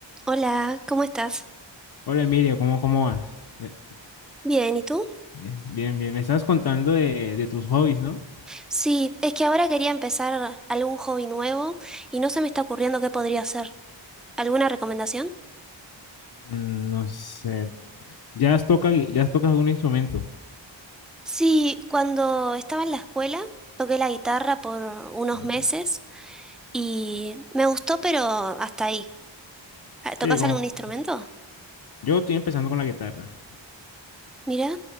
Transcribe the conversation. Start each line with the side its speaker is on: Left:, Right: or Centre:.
Centre: Hola, ¿cómo estás?
Left: Hola Emilio, ¿cómo, cómo vas? Ve-
Centre: Bien, ¿y tú?
Left: ve- Bien, bien, me estabas contando de, de tus hobbies, ¿no?
Centre: Sí, es que ahora quería empezar algún hobby nuevo y no se me está ocurriendo qué podría hacer. ¿Alguna recomendación?
Left: Mm, No sé, ¿ya has tocado, ya has tocado algún instrumento?
Centre: Sí, cuando estaba en la escuela toqué la guitarra por unos
Left: Bien,
Centre: meses
Left: bien.
Centre: y me gustó, pero hasta ahí. Ah, ¿Tocas
Left: Sí, como
Centre: algún instrumento?
Left: yo estoy empezando con la guitarra,
Centre: Mira,